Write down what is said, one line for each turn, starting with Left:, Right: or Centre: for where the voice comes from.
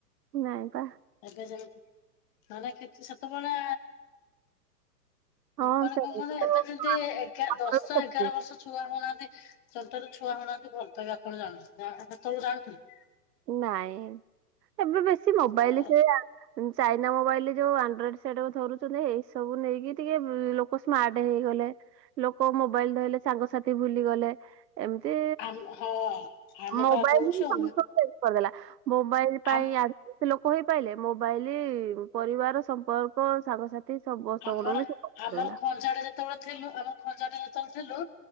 Right: ନାଇଁ ପା।
Left: ଏବେ ଯେମିତି ନଅଲେ କିଛି ସେତେବେଳେ
Right: ହଁ
Left: ମାନେ
Right: ସେମିତି
Left: କଁ କୁଅନି
Right: ତ
Left: ଏବେ ଯେମିତି ଏଗାର୍
Right: ଆମର
Left: ଦଶ,
Right: ବି ସେମିତି।
Left: ଏଗାର ବର୍ଷ ଛୁଆ ହଉନାହାନ୍ତି ଛୋଟରୁ ଛୁଆ ହଉନାହାନ୍ତି ଭଲପାଇବା କଣ ଯାଣୁଚନ୍ତି ଆଁ ସେତେବେଳୁ ଜାଣୁଥିଲେ?
Right: ନାଇଁ ଏବେ ବେଶୀ ମୋବାଇଲି
Left: ସେତେବେଳେ
Right: ସେୟା। ଚାଇନା ମୋବାଇଲି ଯୋଉ ଆଣ୍ଡ୍ରଏଡ ସେଟ୍ ଧରୁଚନ୍ତି ଏଇ ସବୁ ନେଇକି ଟିକେ ଲୋ କ ସ୍ମାର୍ଟ ହେଇଗଲେ ଲୋକ ମୋବାଇଲ ଧଇଲେ ସାଙ୍ଗସାଥି ଭୁଲିଗଲେ। ଏମିତି
Left: ଆମ ହଁ ଆମେ
Right: ମୋବାଇଲ
Left: ପା କହୁଛୁ
Right: ବି ସମସ୍ତ <unintelligible> କରଦେଲା ମୋବାଇଲ ପାଇଁ
Left: ଆମ
Right: ଆ <unintelligible> ଲୋକ ହେଇପାଇଲେ ମୋବାଇଲ ପରିବାର ସମ୍ପର୍କ ସାଙ୍ଗସାଥ୍ ତି ସମସ୍ତଙ୍କ
Left: ଆମର
Right: ଠୁ ବି <unintelligible>
Left: ଆମର
Right: ଦେଲା।
Left: ଖଞ୍ଜାରେ ଯେତେବେଳେ ଥିଲୁ ଆମ ଖଜାରେ ଯେତେବେଳେ ଥିଲୁ